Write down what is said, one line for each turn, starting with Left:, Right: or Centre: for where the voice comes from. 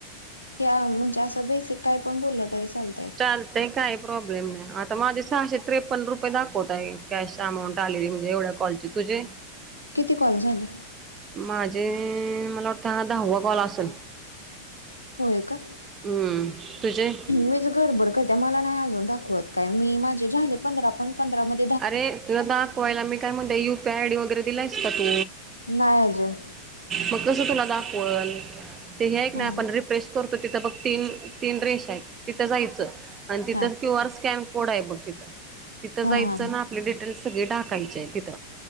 Left: ह म्हणजे असं बेसिक काय पण बोललं तरी चालत
Right: चाल काही प्रॉब्लेम नाही आता माझे सहाे त्रपन् रुये दाखवताय कॅश अमाऊंट आलेली म्हणजे एवढ्या कॉल तुझे
Left: किती कॉल झाले
Right: माझे मला वाटतं ह दहावा कॉल असेल
Left: होय का
Right: हम्म तुझे
Left: मीच घरबर क त्या मला नाही अजून दाखवत काय मी माझे झाले पंधरा पण पंधरामध्ये
Right: अरे तुला दाखवायला मी काय म्हणते यु पी आय आयडी वगैरे दिलायस का तू
Left: नाही अजून
Right: मग कस तुला दाखवल ते हे नाही
Left: हा
Right: आपण रिप्रेश करतो तिथं बघ तीन तीन रेश आहेत तिथं जायचं आणि तिथं
Left: हा
Right: क्यूआर स्कॅन कोड आहे बघ तिथं तिथं जायच
Left: हा हा हा
Right: आपली डिटेल्स सगळे टाकाय तिथ